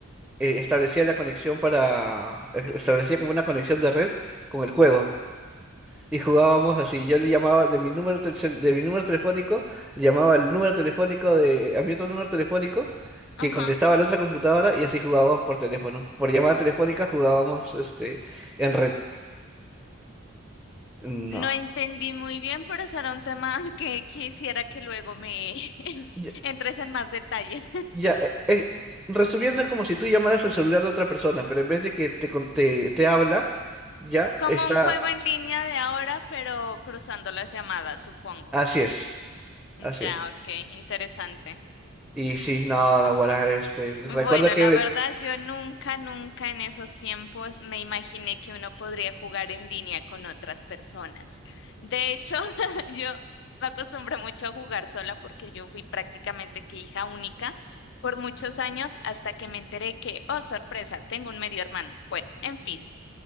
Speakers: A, in the centre; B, on the left (about 60°).
A: eh, establecía la conexión para, establecía como una conexión de red con el juego. Y jugábamos así. Yo le llamaba de mi número telcel- de mi número telefónico, le llamaba el número telefónico de a mi otro número telefónico que
B: ajá.
A: contestaba la otra computadora y así jugábamos por teléfono. Por llamada telefónica jugábamos este en red. No.
B: No entendí muy bien, pero será un tema <laughs> que quisiera que luego me <laughs>
A: Ya,
B: entres en más detalles.
A: ya, eh, eh, resumiendo es como si tú llamaras al celular de otra persona, pero en vez de que te con- te, te habla, ya
B: Como
A: está.
B: un juego en línea de ahora, pero cruzando las llamadas, supongo.
A: Así es. Así
B: Ya,
A: es.
B: ok, interesante.
A: Y sí, no, no, guarda, este,
B: Bueno,
A: recuerdo que
B: la
A: ven-
B: verdad, yo nunca, nunca en esos tiempos me imaginé que uno podría jugar en línea con otras personas. De hecho, <laughs> yo me acostumbré mucho a jugar sola porque yo fui prácticamente que hija única por muchos años hasta que me enteré que, oh, sorpresa, tengo un medio hermano. Bueno, en fin.